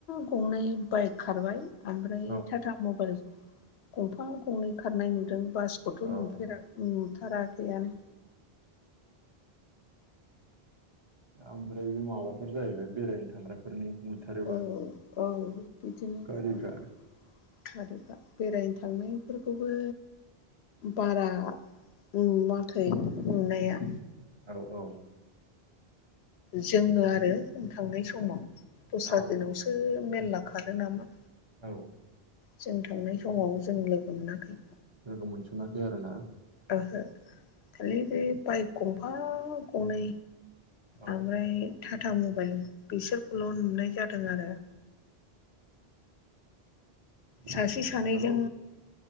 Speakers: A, on the left (about 85°); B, on the right (about 30°).
A: गंनै बाइक खारबाय ओमफ्राय
B: औ
A: टाटा मबेल गंफा गंनै खारनाय नुदों बासखौथ'
B: औ
A: नुफेरा नुथाराखैयानो।
B: ओमफ्राय बे माबाफोर जायैबाय बेरायनो थांग्राफोरनि नुथारोबा।
A: औ औ बिदिनो
B: गारिफ्रा
A: <unintelligible> गारैफा बेरायनो थांनायफोरखौबो बारा नुवाखै नुनाया
B: औ - औ
A: जोङो आरो जों थांनाय समाव दस्रा
B: औ
A: दिनावसो मेरला खारो नामा
B: औ
A: जों थांनाय समाव जों लोगो मोनाखै
B: लोगो मोनसनाखै आरो ना
A: ओहो खालि बे बाइक गंफा गंनै
B: औ
A: ओमफ्राय टाटा मबाइल बिसोरखौल' नुनाय जादों आरो
B: बाइकआ
A: सासे सानैजों
B: जेनेबा ल